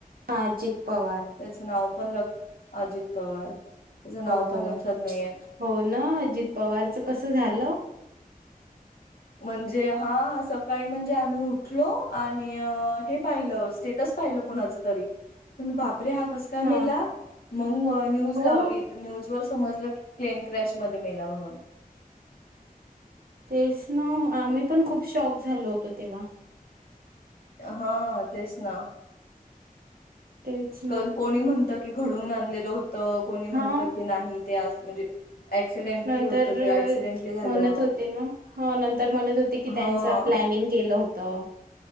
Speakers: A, on the right (about 75°); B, on the left (about 75°).
A: आजित पवार
B: त्याचं नाव पण लक्ष अजित पवार त्याचं नावं
A: हो.
B: पण लक्षात नाहीयत.
A: हो ना अजीत पवारचं कसं झालं.
B: म्हणजे हा सकाळी म्हणजे आम्ही उठलो आणि हे पाहिलं स्टेटस पाहिलो कोणाच तरी पण बापरे हा कसं काय
A: हा
B: मेला मंग न्यूज
A: हो
B: लावली न्यूज वर समजलं की प्लेन क्रॅश मध्ये मेला म्हणून.
A: तेच न आम्ही पण खूप शॉक झालो होतो तेव्हा.
B: हा तेच ना.
A: तेच ना
B: कल कोणी म्हणतं की घडून आणलेलं होतं कोणी म्हणतं
A: हा
B: की नाही ते आज म्हणजे ऍक्सिडेंटली
A: नंतर
B: होतं ते ऍक्सिडेंटली झालं
A: म्हणत होते ना हा नंतर म्हणत होते की
B: हा
A: त्यांच प्लॅनिंग केलं होतं.